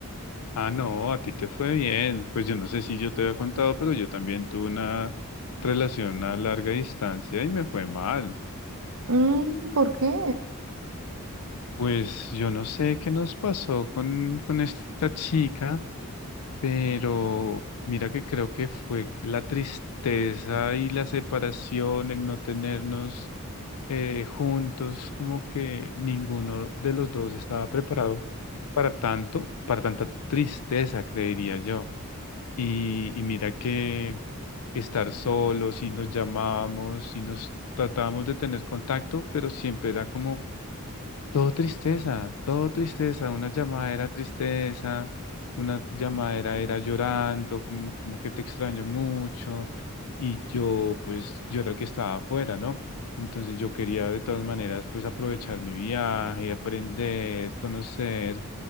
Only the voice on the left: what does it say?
Ah, no, a ti te fue bien. Pues yo no sé si yo te había contado, pero yo también tuve una relación a larga distancia y me fue mal.
Pues yo no sé qué nos pasó con, con esta chica. pero mira que creo que fue la tristeza y la separación, el no tenernos eh, juntos, como que ninguno de los dos estaba preparado para tanto, para tanta tristeza, creería yo. Y, y mira que estar solos y nos llamábamos y nos tratábamos de tener contacto, pero siempre era como todo tristeza, todo tristeza, una llamada era tristeza, una llamadera era llorando, como, como que te extraño mucho, y yo pues yo era el que estaba afuera, ¿no? Entonces yo quería de todas maneras pues aprovechar mi viaje, aprender, conocer,